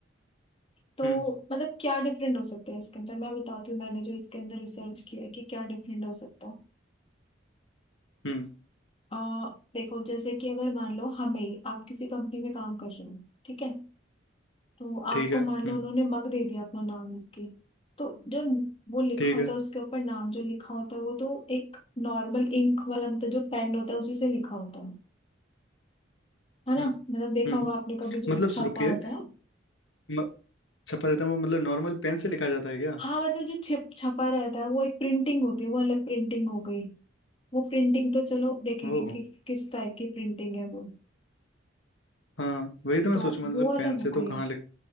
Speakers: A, on the left (about 30°); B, on the left (about 75°).
A: तो
B: हम्म
A: मतलब क्या डिफरेंट हो सकता है इसके अंदर मैं बताती हूँ मैंने जो इसके अंदर रिसर्च किया है कि क्या डिफरेंट हो सकता है
B: हम्म
A: अ, देखो जैसे कि अगर मान लो हमें आप किसी कंपनी में काम कर रहे हो ठीक है तो आपको
B: ठीक है
A: मान लो
B: हम्म
A: उन्होंने मग दे दिया अपना नाम लिख के तो जो वो लिखा
B: ठीक
A: होता
B: है
A: है उसके ऊपर नाम जो लिखा होता है वो तो एक नॉर्मल इंक वाला मतलब जो पेन होता है उसी से लिखा होता है है ना
B: हम्म
A: मतलब देखा
B: हम्म
A: होगा आपने कभी
B: मतलब
A: जो
B: सु-
A: छपा
B: रुकिए
A: होता है
B: म- छपा रहता है वो मतलब नॉर्मल पेन से लिखा जाता है क्या
A: हाँ मतलब जो छिप छपा रहता है वो एक प्रिंटिंग होती है वो अलग प्रिंटिंग हो गई वो प्रिंटिंग तो चलो देखेंगे
B: ओ
A: कि किस टाइप की प्रिंटिंग है वो
B: हाँ वही तो मैं
A: तो
B: सोचूं मतलब
A: वो अलग
B: पेन
A: हो
B: से तो
A: गई
B: कहाँ लिखा